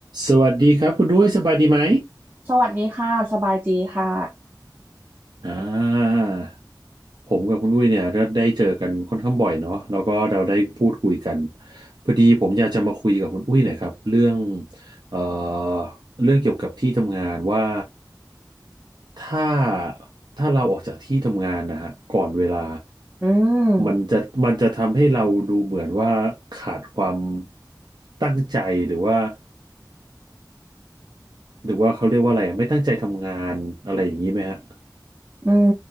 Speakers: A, on the right; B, on the right.
A: สวัสดีครับคุณด้วยสบายดีไหม
B: สวัสดีค่ะสบายดีค่ะ
A: อ่าผมกับคุณอุ้ยเนี่ยได้เจอกันค่อนข้างบ่อยเนาะแล้วก็เราได้พูดคุยกันพอดีผมอยากจะมาคุยกับคุณอุ้ยหน่อยครับเรื่องเอ่อเรื่องเกี่ยวกับที่ทำงานว่าถ้าถ้าเราออกจากที่ทำงานนะฮะก่อนเวลา
B: อืม
A: มันจะมันจะทำให้เราดูเหมือนว่าขาดความตั้งใจหรือว่าหรือว่าเขาเรียกว่าอะไรอะไม่ตั้งใจทำงานอะไรอย่างนี้ไหมฮะ
B: อืม